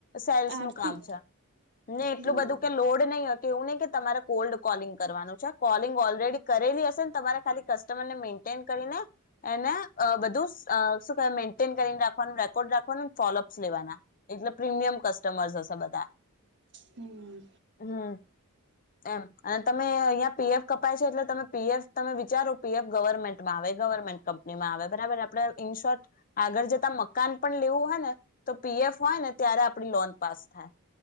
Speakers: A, on the left; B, on the right.
A: સેલ્સ
B: આરતી
A: નું કામ છે ને એટલું
B: હમ
A: બધું કે લોડ નહીં એવું નહીં કે તમારે કોલ્ડ કોલિંગ કરવાનું છે કોલિંગ ઓલરેડી કરેલી હશે ને તમારે ખાલી કસ્ટમરને મેન્ટેન કરીને એને બધું શું મેન્ટેન કરીને રાખવાનું, રેકોર્ડ રાખવાનું, ફોલોઅપસ લેવાના. એટલે પ્રીમિયમ કસ્ટમર્સ હશે બધા
B: હમ્મ
A: હમ્મ એમ અને તમે અહિયાં પીએફ કપાય છે એટલે તમે પીએફ તમે વિચારો પીએફ ગવર્મેન્ટમાં આવે ગવર્મેન્ટ કંપનીમાં આવે બરાબર આપણે ઇન શોર્ટ આગળ જતા મકાન પણ લેવું હોય ને તો પીએફ હોય ને ત્યારે આપણી લોન પાસ થાય.